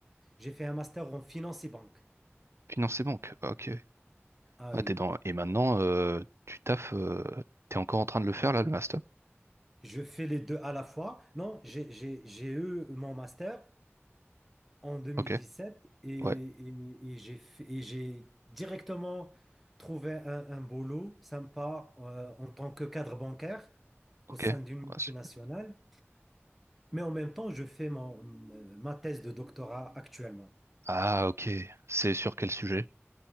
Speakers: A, in the centre; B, on the right.
A: J'ai fait un master en finance et banque.
B: financer banque. Ah, Ok.
A: Ah
B: Ouais,
A: oui,
B: t'es dans. Et maintenant, euh, tu taffes. euh, t'es encore en train de le faire, là, le master?
A: je fais les deux à la fois. Non, j'ai j'ai- j'ai eu mon master. en 2017
B: Ok.
A: et,
B: Ouais.
A: et- et j'ai fait- et j'ai directement trouvé un, un boulot sympa euh, en tant que cadre bancaire
B: Ok.
A: au sein
B: Ouais,
A: d'une multinationale.
B: c'est cool.
A: Mais en même temps, je fais mon- ma thèse de doctorat actuellement
B: Ah, ok. C'est sur quel sujet?